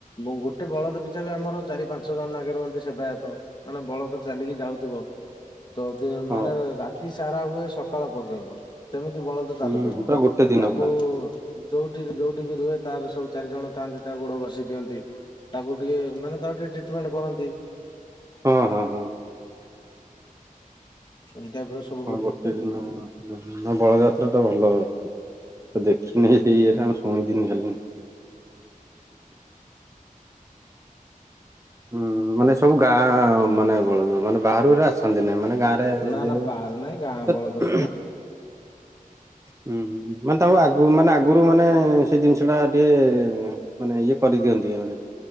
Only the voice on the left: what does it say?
ମୁଁ ଗୋଟେ ବଳଦ ପିଛା ବି ଆମର ଚାରି ପାଞ୍ଚ ଜଣ ନାଗିରୁହନ୍ତି ସେବାୟତ। ମାନେ ବଳଦ ଚାଲିକି ଯାଉଥୁବ। ତ ଦେ
ମାନେ ରାତି ସାରା ହୁଏ ସକାଳ ପର୍ଯ୍ୟନ୍ତ ସେମିତି ବଳଦ ଚାଲୁ
ତାକୁ
ଉର୍ ଯୋଉଠି ଯୋଉଠି ବି ରୁହେ ତାର ସବୁ ଚାରି ଜଣ ଥାନ୍ତି ତା ଗୋଡ ଘଷି ଦିଅନ୍ତି। ତାକୁ ଟିକେ ମାନେ ତାକୁ ଟିକେ ଟ୍ରିଟମେଣ୍ଟ କରନ୍ତି।
ଏଇ ଟାଇପ୍ର ସ
ନା
ନା ବାହାରୁ ନାହିଁ ଗାଁ
ବଳଦ ସବୁ